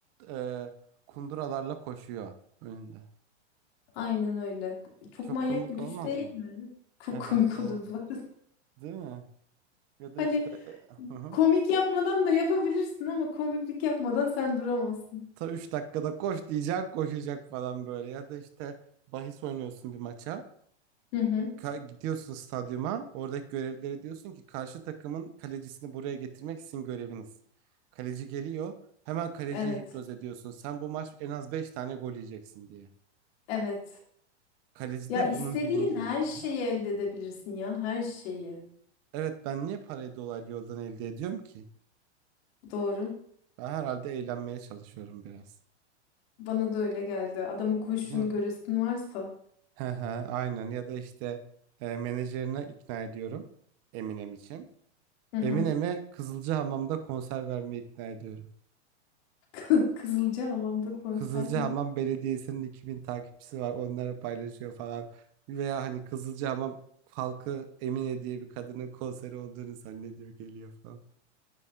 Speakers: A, on the right (about 40°); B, on the left (about 60°).
A: e, kunduralarla koşuyor önünde.
B: aynen öyle. Çok
A: Çok
B: manyak
A: komik
B: bir güç
A: olmaz
B: değil.
A: mı?
B: Çok
A: Evet
B: komik
A: evet
B: olur bu arada. <laughs>
A: değil mi? Ya da
B: Hani
A: işte e, hı hı.
B: komik yapmadan da yapabilirsin ama komiklik yapmadan sen duramazsın.
A: ta 3 dakikada koş diyecek koşacak falan böyle. Ya da işte bahis oynuyorsun bir maça.
B: Hı hı.
A: ka- gidiyorsun stadyuma. Oradaki görevlilere diyorsun ki karşı takımın kalecisini buraya getirmek sizin göreviniz. Kaleci geliyor. Hemen kaleciyi
B: Evet.
A: hipnoz ediyorsun. Sen bu maç en az 5 tane gol yiyeceksin diye.
B: Evet.
A: Kaleci
B: Ya
A: de
B: istediğin
A: bunun bilincin.
B: her
A: Hı
B: şeyi
A: hı.
B: elde edebilirsin ya her şeyi.
A: Evet ben niye parayı dolaylı yoldan elde ediyorum ki?
B: Doğru.
A: Ben herhalde eğlenmeye çalışıyorum biraz.
B: Bana da öyle geldi. Adamın koşuşunu
A: Değil mi?
B: göresin varsa.
A: Hı hı, Aynen ya da işte e, menajerine ikna ediyorum Eminem için.
B: Hı hı.
A: Eminem'e Kızılcahamam'da konser vermeye ikna ediyorum.
B: <laughs> Kızılcahamam'da konser
A: Kızılcahamam
B: mi?
A: Belediyesi'nin 2000 takipçisi var. Onlara paylaşıyor falan. Veya hani Kızılcahamam halkı Emine diye bir kadının konseri olduğunu zannediyor geliyor falan.